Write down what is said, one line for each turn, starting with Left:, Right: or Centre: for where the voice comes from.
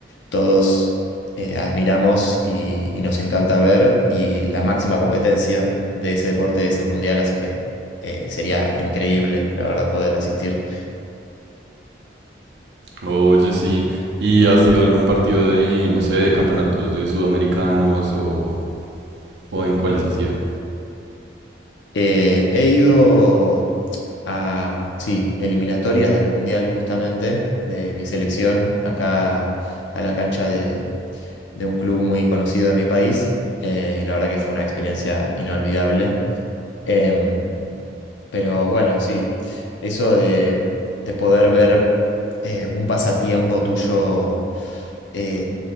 Left: todos eh, admiramos y, y nos encanta ver y la máxima competencia de ese deporte es el mundial, así que eh, sería increíble, la verdad, poder asistir.
Right: Oye, sí. ¿Y has sido algún partido de, no sé, de campeonatos de sudamericanos o, o en cuáles has sido?
Left: Eh, he ido a, sí, eliminatorias del Mundial justamente, de mi selección, acá a la cancha de, de un club muy conocido de mi país, eh, y la verdad que fue una experiencia inolvidable. Em, pero bueno, sí, eso de, de poder ver eh, un pasatiempo tuyo eh,